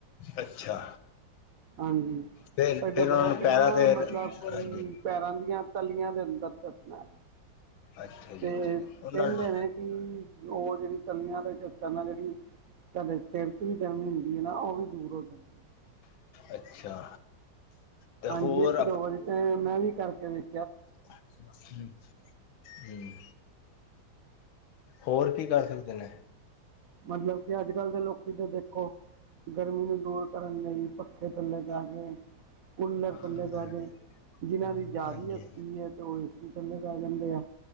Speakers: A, on the left; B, on the right.
A: ਅੱਛਾ।
B: ਹਾਂਜੀ,
A: ਫਿਰ
B: ਫੇਰ
A: ਫਿਰ
B: ਡਬੋ
A: ਉਹਨਾਂ ਨੂੰ
B: ਕੇ
A: ਪੈਰਾਂ
B: ਨਾ
A: ਤੇ ਹਾਂਜੀ
B: ਮਤਲਬ ਕਿ ਪੈਰਾਂ ਦੀਆਂ ਤਲੀਆਂ ਦੇ ਅੰਦਰ ਚਸਨਾ ਐ।
A: ਅੱਛਾ ਜੀ
B: ਤੇ
A: ਅੱਛਾ ਉਹਨਾਂ
B: ਕੈਂਦੇ
A: ਨੂੰ
B: ਨੇ ਕਿ ੳਹ ਜੇੜੀ ਤਲੀਆਂ ਤੇ ਚਸਨ ਨਾਲ ਜੇੜੀ ਤਾਡੇ ਸਿਰ ਤੇ ਵੀ ਗਰਮੀ ਹੁੰਦੀ ਐ ਨਾ ੳਹ ਵੀ ਦੂਰ ਹੋ ਜਾਂਦੀ ਹੈ
A: ਅੱਛਾ। ਤੇ
B: ਹਾਂਜੀ,
A: ਹੋਰ
B: ਇੱਕ-ਦੋ ਵਾਰੀ ਤੇ ਮੈਂ ਵੀ ਕਰਕੇ ਵੇਖ
A: ਹੂੰ ਹੂੰ, ਹੋਰ ਕੀ ਕਰ ਸਕਦੇ ਨੇ
B: ਮਤਲਬ ਤੇ ਅੱਜ ਕੱਲ ਦੇ ਲੋਕੀ ਤੇ ਦੇਖੋ ਗਰਮੀ ਨੂੰ ਦੂਰ ਕਰਨ ਲਈ ਪੱਖੇ ਥੱਲੇ ਬੈਠ ਕੇ ਕੂਲਰ ਥੱਲੇ
A: ਹਾਂਜੀ
B: ਬੈ ਗਏ, ਜਿਨਾਂ ਦੀ ਜਾਦੀ
A: ਹਾਂਜੀ
B: ਹਸਤੀ ਏ ਤੇ ੳਹ ਏਸੀ ਥੱਲੇ ਬੈ ਜਾਂਦੇ ਆ।